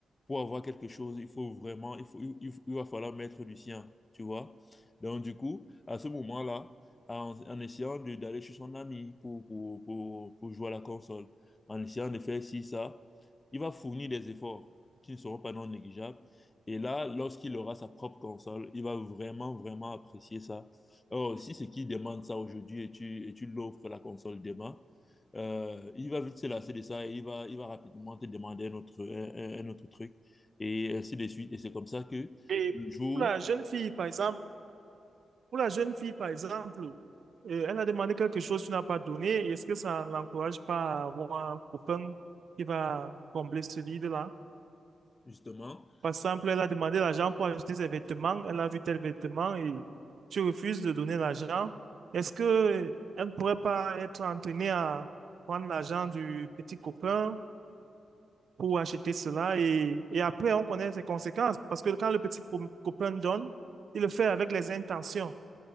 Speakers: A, on the left; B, on the right.
A: pour avoir quelque chose, il faut vraiment, il faut, il, il- va falloir mettre du sien, tu vois. Donc, du coup, à ce moment-là, en, en essayant de- d'aller chez son ami pour, pour, pour, pour jouer à la console, en essayant de faire ci, ça, il va fournir des efforts qui ne seront pas non négligeables. Et là, lorsqu'il aura sa propre console, il va vraiment, vraiment apprécier ça. Or, si c'est qui demande ça aujourd'hui et tu, et tu l'offres la console demain, euh, il va vite se lasser de ça et il va, il va rapidement te demander un autre, un, un autre truc et ainsi de suite. Et c'est comme ça que
B: Et
A: le jour,
B: pour la jeune fille, par exemple, Pour la jeune fille, par exemple, euh, elle a demandé quelque chose, tu n'as pas donné. Est-ce que ça ne l'encourage pas à avoir un copain qui va combler ce vide-là?
A: justement,
B: Par exemple, elle a demandé l'argent pour acheter ses vêtements. Elle a vu tel vêtement et tu refuses de donner l'argent. Est-ce que elle ne pourrait pas être entraînée à prendre l'argent du petit copain pour acheter cela? Et, et après, on connaît ses conséquences. Parce que quand le petit co- copain donne, il le fait avec les intentions.